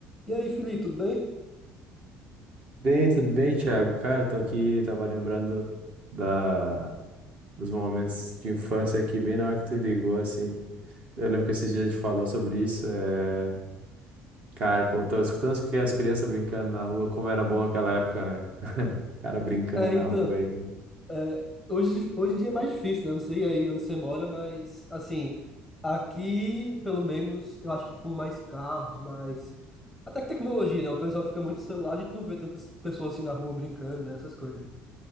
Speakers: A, in the centre; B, on the right.
A: E aí, Felipe, tudo bem?
B: Bem, tudo bem, Thiago? Cara, tô aqui, tava lembrando da, dos momentos de infância aqui, bem na hora que tu ligou, assim. Eu lembro que esses dias a gente falou sobre isso. É... Cara, como eu tava escutando que as crianças brincando na rua, como era bom aquela época, né? <laughs> Cara brincando
A: É,
B: na
A: então,
B: rua aí.
A: é, hoje, hoje em dia é mais difícil, né? Eu Não sei aí onde você mora, mas, assim, aqui, pelo menos, eu acho que com mais carros, mais... Até que tecnologia, né? O pessoal fica muito no celular, a gente não vê tantas pessoas assim na rua brincando, né? Essas coisas.